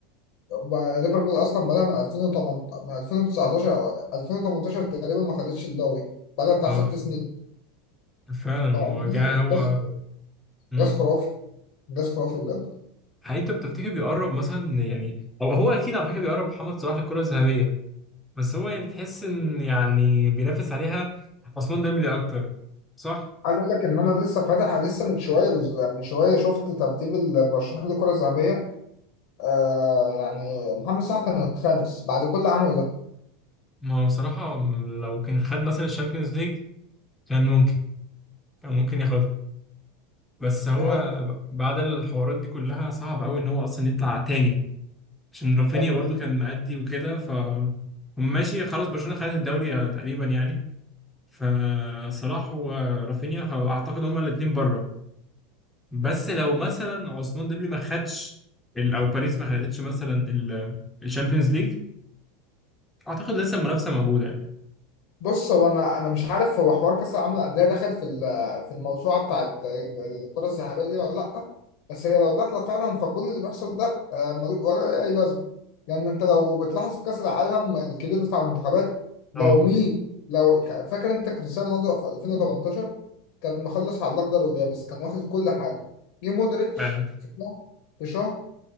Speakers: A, on the left; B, in the centre.
A: ب- ليفربول اصلا بدأ من 2018 من 2019 او 2018 تقريبا ما خدتش الدوري بدأ بتاع
B: اه
A: ست سنين
B: فعلا
A: ف- انجاز
B: وجا هو امم
A: إنجاز خرافي انجاز خرافي بجد
B: حقيقي انت بتفتكر بيقرب مثلا يعني او هو اكيد على فكره بيقرب محمد صلاح للكره الذهبيه بس هو يعني تحس ان يعني بينافس عليها عثمان ديمبلي اكتر صح؟
A: عايز اقول لك ان انا لسه فاتح انا لسه من شويه من شويه شفت ترتيب المرشحين للكره الذهبيه آه يعني محمد صلاح كان الخامس بعد كل اللي عمله ده
B: ما هو بصراحه لو كان خد مثلا الشامبيونز ليج كان ممكن كان ممكن ياخدها بس هو
A: دي حقيقة.
B: ب- بعد الحوارات دي كلها صعب قوي ان هو اصلا يطلع تاني عشان رافينيا
A: أيوة.
B: برضو كان مأدي وكده ف هم ماشي خلاص برشلونه خدت الدوري تقريبا يعني فصلاح ورافينيا خ- اعتقد هما الاثنين بره بس لو مثلا عثمان ديمبلي ما خدش ال- او باريس ما خدتش مثلا الشامبيونز ليج اعتقد لسه المنافسه موجوده يعني
A: بص هو انا انا مش عارف هو حوار كاس العالم للانديه داخل في ال- في الموسوعه بتاعت الكره الذهبيه دي ولا لا بس هي لو داخله فعلا فكل اللي بيحصل ده آه، مل- ولا اي لازمه لان انت لو بتلاحظ في كاس العالم الكبير بتاع المنتخبات
B: اه
A: لو مين لو ك- فاكر انت كريستيانو رونالدو في 2018 كان مخلص على الاخضر واليابس كان واخد كل حاجه جه مودريتش
B: فعلا
A: في شهر في شهر